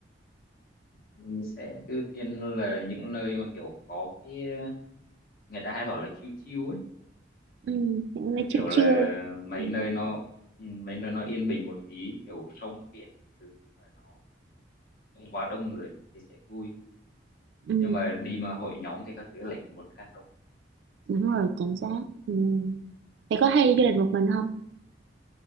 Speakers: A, on the left; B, on the right.
A: Mình sẽ ưu tiên là những nơi mà kiểu có cái ờ, người ta hay bảo là chill chill ấy,
B: ừ, những
A: Đấy,
B: nơi chill
A: kiểu là
B: chill.
A: mấy
B: Ừ,
A: nơi nó ừ, mấy nơi nó yên bình một tí, kiểu sông biển các thứ mà nó không quá đông người thì sẽ vui.
B: ừ,
A: Nhưng mà đi mà hội nhóm thì các thứ lại muốn càng đông
B: đúng
A: sẽ
B: rồi,
A: hơi lạ.
B: chính xác. Ừ. Thế có hay đi du lịch một mình không?